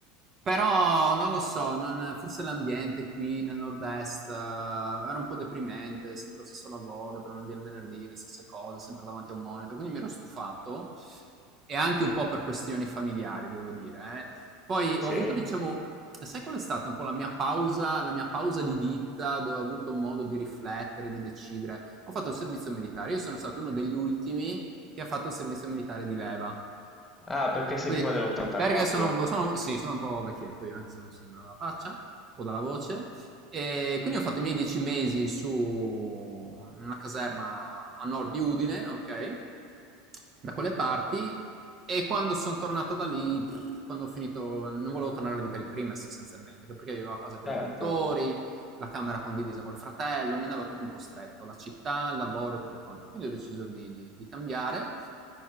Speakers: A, on the right; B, on the left.
A: Però non lo so, non- forse l'ambiente qui nel nord-est eh, era un po' deprimente, sempre lo stesso lavoro, dal lunedì al venerdì, le stesse cose, sempre davanti a un monitor, quindi mi ero stufato e anche un po' per questioni familiari, devo dire, eh. Poi
B: sì.
A: ho avuto, diciamo, sai qual è stata un po' la mia pausa, la mia pausa di vita dove ho avuto modo di riflettere, di decidere? Ho fatto il servizio militare. Io sono stato uno degli ultimi che ha fatto il servizio militare di leva.
B: Ah, perché sei
A: Quindi,
B: prima dell'84.
A: perché sono, un po' sono- sì, sono un po' vecchietto io, anche se non sembra dalla faccia o dalla voce. E quindi ho fatto i miei dieci mesi su una caserma a nord di Udine, ok? da quelle parti e quando sono tornato da lì, pff, quando ho finito, non volevo tornare alla vita di prima sostanzialmente, anche perché vivevo a casa con
B: Certo,
A: i genitori, la camera condivisa col fratello, mi andava tutto un po' stretto, la città, il lavoro, tutto quanto. Quindi ho deciso di, di- di cambiare.